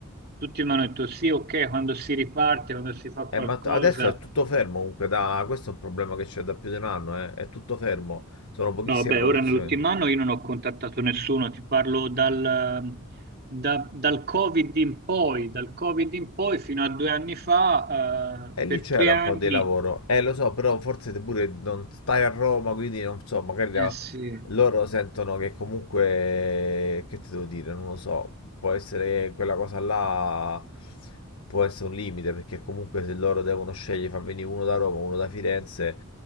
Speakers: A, on the right; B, on the left.
A: tutti mi hanno detto sì, ok, quando si riparte, quando si fa qualcosa...
B: Eh, ma t- adesso è tutto fermo comunque, da... questo è un problema che c'è da più di un anno, eh. È tutto fermo, sono pochissime
A: No, beh,
B: produzioni.
A: ora nell'ultimo anno io non ho contattato nessuno, ti parlo dal, da- dal Covid in poi, dal Covid in poi fino a due anni fa,
B: E
A: eh,
B: lì
A: per
B: c'era
A: tre anni,
B: un po' di lavoro, eh lo so, però forse te pure non stai a Roma, quindi non so, magari la-
A: eh sì,
B: Loro sentono che comunque, che ti devo dire, non lo so, può essere quella cosa là, può essere un limite, perché comunque se loro devono scegliere, far venire uno da Roma, uno da Firenze,